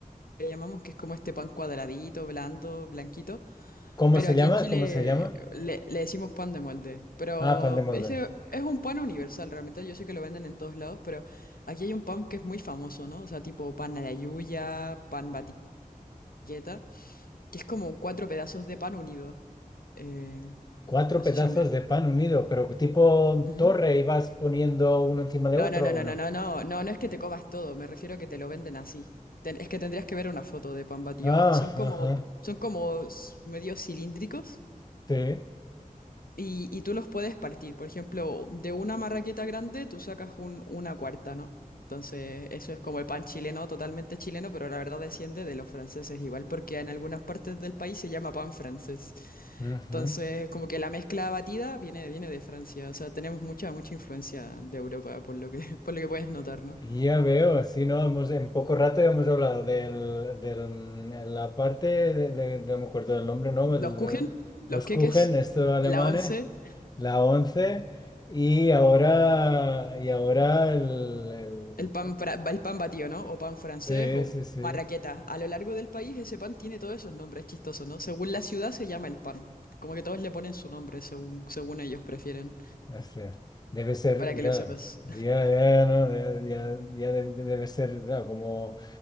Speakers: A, on the left (about 75°); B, on the left (about 25°).
A: que llamamos, que es como este pan cuadradito, blando, blanquito.
B: ¿Cómo
A: Pero
B: se
A: aquí
B: llama?
A: en Chile
B: ¿Cómo se llama?
A: le, le decimos pan de molde. Pero
B: Ah, pan de molde.
A: ese es un pan universal, realmente. Yo sé que lo venden en todos lados, pero aquí hay un pan que es muy famoso, ¿no? O sea, tipo pan a la yuya, pan batilleta, que es como cuatro pedazos de pan unido. Eh,
B: Cuatro
A: no
B: pedazos
A: sé si me...
B: de pan unido, pero tipo
A: Ujú.
B: torre y vas poniendo uno encima de
A: No,
B: otro,
A: no, no, no,
B: ¿o no?
A: no, no, no, no, no es que te comas todo, me refiero a que te lo venden así. Ten- es que tendrías que ver una foto de pan batido.
B: Ah,
A: Son como,
B: ajá,
A: son como s- medio cilíndricos.
B: sí.
A: Y, y tú los puedes partir. Por ejemplo, de una marraqueta grande tú sacas un- una cuarta, ¿no? Entonces, eso es como el pan chileno, totalmente chileno, pero la verdad desciende de los franceses igual, porque en algunas partes del país se llama pan francés.
B: Ujú.
A: Entonces, como que la mezcla batida viene, viene de Francia. O sea, tenemos mucha, mucha influencia de Europa, por lo que, <laughs> por lo que puedes notar, ¿no?
B: Ya veo, sí, no, hemos, en poco rato ya hemos hablado del, del- la parte de, de- no me acuerdo del nombre, ¿no?
A: Los
B: El,
A: kuchen,
B: eh, los
A: los queques,
B: Kuchen, estos alemanes,
A: la once.
B: la 11 y ahora, y ahora el,
A: El pan, fra- el pan batido, ¿no? O pan francés
B: el-
A: o
B: sí, sí,
A: marraqueta.
B: sí.
A: A lo largo del país ese pan tiene todos esos nombres chistosos, ¿no? Según la ciudad se llama el pan. Como que todos le ponen su nombre según, según ellos prefieren,
B: Hostia, Debe ser,
A: para que
B: claro,
A: lo sepas.
B: ya, ya, ¿no? Ya, ya- ya de- de- debe ser, claro, como